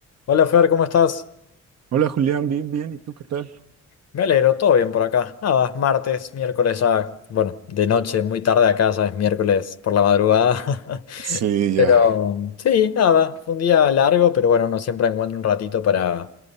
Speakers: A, on the left (about 55°); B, on the right (about 60°).
A: Hola Fer, ¿cómo estás?
B: Hola Julián, bien, bien, ¿y tú qué tal?
A: Me alegro, todo bien por acá. Nada, es martes, miércoles ya, bueno, de noche, muy tarde acá, ya es miércoles por la madrugada. <laughs>
B: Sí,
A: Pero
B: ya.
A: sí, nada, fue un día largo, pero bueno, uno siempre encuentra un ratito para,